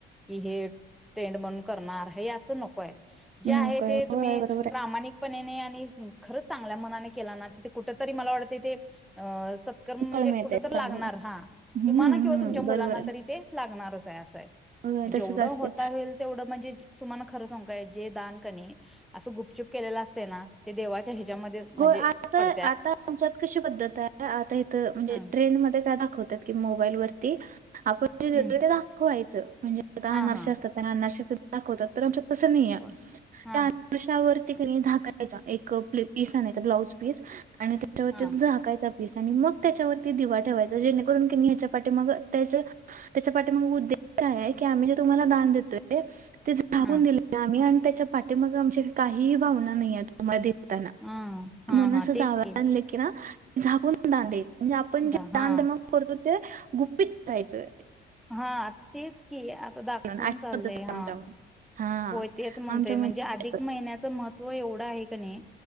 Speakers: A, in the centre; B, on the right.
A: की हे ट्रेंड म्हणून करणार हे असं नकोय. जे
B: नकळत
A: आहे ते तुम्ही
B: होय बरोबर
A: प्रामाणिक पणेने आणि खरंच चांगल्या मनाने केला ना तिथे कुठं तरी मला वाटतंय ते अ सत्कर्म
B: आहे. कळ
A: म्हणजे
B: मिळतय
A: कुठंतर लागणार
B: चांगलं
A: हां
B: हम्म
A: तुम्हाला
B: हम्म
A: किंवा तुमच्या मुलांना
B: बरोबर आहे.
A: तरी ते लागणारच. <unintelligible> असं आहे.
B: होय
A: जेवढं
B: तसच असते
A: होता होईल तेवढं म्हणजे जे तुम्हाला खरं सांगू काय जे दान कनी असं गुपचुप केलेलं असतंय ना ते देवाच्या ह्या ज्यामध्ये म्हणजे
B: होय आता
A: पड
B: आता आमच्यात कशी पद्धत आहे आता हितं म्हणजे
A: हा
B: ट्रेंडमध्ये काय दाखवतात की मोबाईलवरती आपण जे देतोय
A: हम्म
B: ते दाखव वायचं. म्हणजे <unintelligible>
A: हा हा
B: असतात त्यांना <unintelligible> दाखवतात तर आमच्यात. तस नाय
A: हो हा
B: त्या <unintelligible> ते कनी दहा घ्यायचा एक प्लेट. पीस आणायचा ब्लाउज पीस. आणि त्याच्यावरती
A: हा
B: झाकायचा पीस. आणि मग त्याच्यावरती दिवा ठेवायचा. जेणेकरून कनी हेच्या पाठीमाग त्या त्याच्या पाठीमग उद्देश काय हाय. की आम्ही जे तुम्हाला दान देतोय. ते झाकून
A: हा
B: दिले आम्ही आणि. त्याच्या पाठीमाग आमच्या काहीही भावना नाहीत तुम्हाला देताना.
A: हा. हा.
B: म्हणून
A: हा.
B: असं
A: तेच
B: जावयाला
A: की.
B: आणले ना झाकून दान द्यायचं. म्हणजे आपण
A: दा
B: जे
A: हा
B: दानधर्म करतो. गुपित ठेवायचं.
A: हां तेच की. आता दाखवून
B: म्हणून अशी
A: चाललंय
B: पद्धत आहे
A: हां.
B: आमच्यामध्ये. हा
A: होय तेच म्हणतोय.
B: आमच्यामध्ये
A: म्हणजे अधिक महिन्याचं महत्व एव ढ आहे कणी.